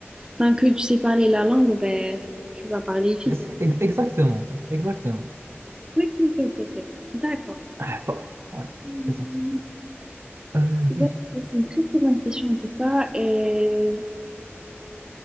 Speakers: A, on the right; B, on the right.
A: tant que tu sais parler la langue, ben, tu vas parler vite.
B: C'est ex- Exactement, en fait. Exactement.
A: Ok, ok, ok, ok. D'accord.
B: Ah, pas- Ouais,
A: Hum,
B: c'est ça. Euh,
A: Ouais,
B: oui.
A: ben, c'est une très très bonne question en tout cas. Euh,